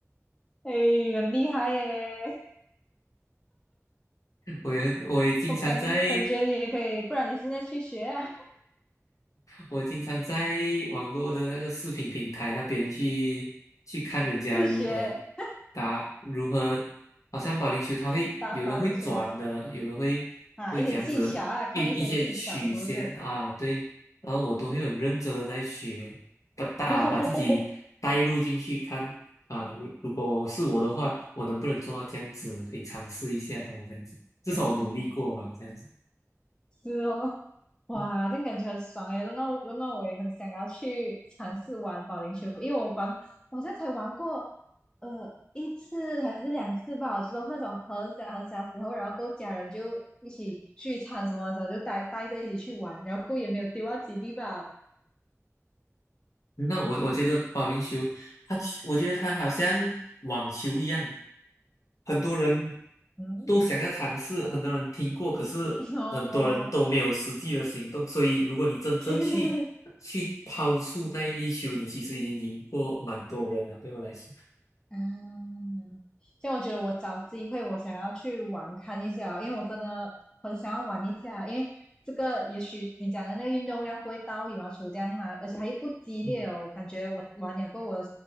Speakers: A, on the left; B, on the left.
A: 哎，很厉害耶！
B: 我也我也经常在
A: 我感感觉你也可以，不然你现在去学啊，
B: 我经常在网络的那个视频平台那边去去看人家如何
A: <laughs> 自学
B: 打，如何好像保龄球，它会有的会转的，
A: 打保龄球
B: 有的会会这样子一一些曲线啊，
A: 啊，一些技巧啊，看一些技巧是不是？
B: 对，然后我都会很认真的在学，把打把自己带入进去看啊，
A: <laughs>
B: 如如果是我的话，我能不能做到这样子，可以尝试一下，什么这样子，至少我努力过吧，
A: 嗯，
B: 这样子。
A: 是哦，哇，
B: 嗯
A: 这样感觉很爽诶，弄到弄到我也很想要去尝试玩保龄球，因为我玩，我好像才玩过，呃，一次还是两次吧，就是那种很小很小的时候，然后跟家人就一起聚餐什么的时候就带带着一起去玩，然后过后也没有丢到基地吧，
B: 嗯那我我觉得保龄球，它其我觉得它好像网球一样，很多人
A: 嗯，
B: 都想要尝试，很多人听过，可是很多人都没有实际的行动。
A: <laughs> 哦。
B: 所以，如果你真正去去抛出那一粒球，
A: <laughs>
B: 你其实已经赢过蛮多人了。对我来说，
A: 嗯，像我觉得我找机会，我想要去玩看一下哦，因为我真的很想要玩一下，因为这个也许你讲的那个运动量不会到羽毛球这样嘛，而且它又不激烈哦，
B: 嗯
A: 感觉我玩了过后我的